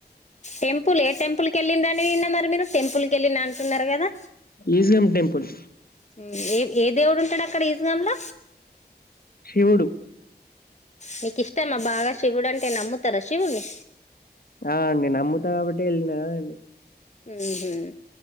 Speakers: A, on the left; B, on the left.
A: టెంపుల్ ఏ టెంపుల్ కెళ్ళిండ్ర నే నా మరి మీరు టెంపుల్ కెళ్ళినా అంటున్నారు కదా
B: ఈజియం టెంపుల్
A: ఉమ్ ఏ ఏ దేవుడు ఉంటాడ క్కడ ఈజినం ల
B: శివుడు
A: నీకిష్టమా బాగా శివుడు అంటే నమ్ముతారా శివుడ్ని
B: ఆ అండి నమ్ముతా కాబట్టి వెళ్ళినా అండి
A: ఊహూ